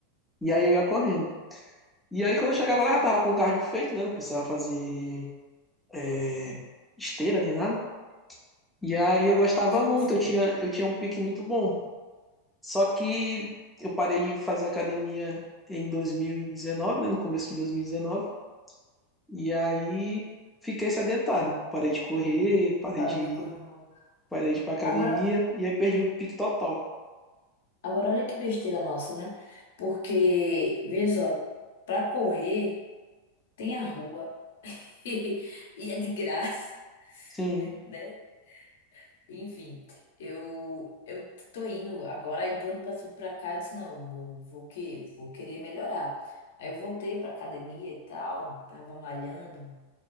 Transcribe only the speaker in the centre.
E aí eu ia correndo. E aí quando
eu chegava lá, eu já tava com o cardio feito, né? Não precisava fazer eh, esteira nem nada. E aí
eu
gostava
muito, eu tinha, eu tinha um pique muito bom. Só que eu parei de fazer academia em 2019, né? No começo de 2019. E dezenove. E aí fiquei sedentário. Parei de correr, parei
de,
parei de ir pra academia.
E aí perdi o pique total.
Sim.